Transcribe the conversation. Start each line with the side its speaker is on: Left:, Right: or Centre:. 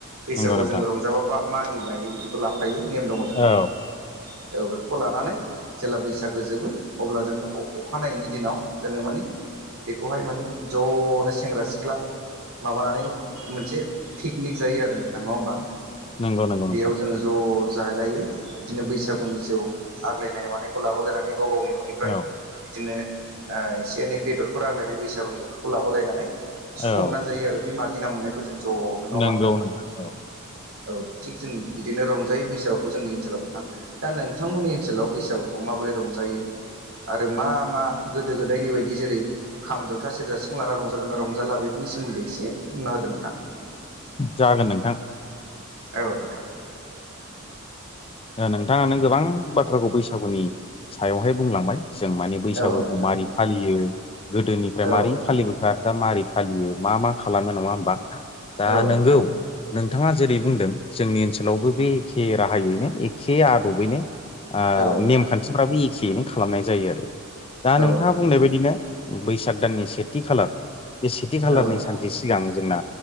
Right: बैसागुआव
Left: नंगौ नोंथां
Right: जोङो रंजाबा बा मागि लायो बिदिखौ लाफायो नेम दङ जोंहा।
Left: औ
Right: औ बेफोरखौ लानानै जेला बैसागो जोबो अब्ला जोङो अखानायैनि दिनाव जोङो माने बेखौहाय मानि ज'नो सेंग्रा सिख्ला माबानानै मोनसे पिकनिक जायो आरो नोंथां नङा होमबा?
Left: नंगौ नंगौ नोंथां
Right: बेयाव जोङो ज' जालायो बिदिनो बैसागुनि जौ आग्लायनाय मानायखौ लाबोलायनानै गाव गावनि न'निफ्राय
Left: औ
Right: बिदिनो ओ एसे एनै बेदरफोर आग्लायनाय बैसागुनि बेफोरखौ लाबोलायनानै संना
Left: औ
Right: जायो आरो बै माग गिना मोननायफोरजों ज'नो नङा ओमबा
Left: नंगौ
Right: नोंथां
Left: औ
Right: औ थिग जों बिदिनो रंजायो बैसागुखौ जोंनि ओनसोलाव नोंथां दा नोंथांमोननि ओनसोलाव बैसागुखौ माबोरै रंजायो? जायो आरो मा मा गोदो गोदायनि बायदि जेरै खाम जथा सेरजा सिफुं लाना रंजागोन ना रंजाला बेफोरनि सोमोन्दै एसे बुंना होदों नोंथां।
Left: जागोन नोंथां।
Right: औ नोंथां।
Left: ओ नोंथाङानो गोबां बाथ्राखौ बैसागुनि सायावहाय बुंलांबाय। जों माने बैसागुखौ
Right: औ नोंथां
Left: मारै फालियो गोदोनिफ्राय
Right: औ
Left: मारै
Right: नोंथां
Left: फालिबो दा मारै फालियो मा मा खालामो नङा होमबा दा
Right: औ नोंथां
Left: नोंगौ नोंथाङा जेरै बुंदों जोंनि ओनसोलावबो बे एखे राहायैनो एखे आदबैनो ओ
Right: औ नोंथां
Left: नेमखान्थिफ्राबो एखेयैनो खालामनाय जायो आरो दा
Right: औ
Left: नोंथाङा
Right: नोंथां
Left: बुंनाय बायदिनो बैसाग दाननि सेथि खालार बे सेथि खालारनि
Right: औ नोंथां
Left: सानसे सिगां जोंना